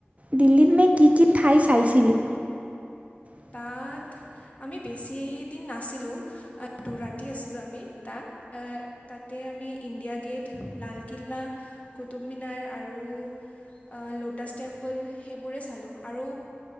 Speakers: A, on the right; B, on the left.
A: দিল্লীত মেইন কি কি ঠাই চাইছিলি <inaudible>
B: তাত আমি বেছি দিন নাছিলোঁ দু ৰাতি আছিলোঁ আমি তাত আহ‌ তাতে আমি ইণ্ডিয়া গেট লালকিল্লা কুটুব মিনাৰ আৰু আহ ল'টাছ টেম্পল সেইবোৰে চালোঁ আৰু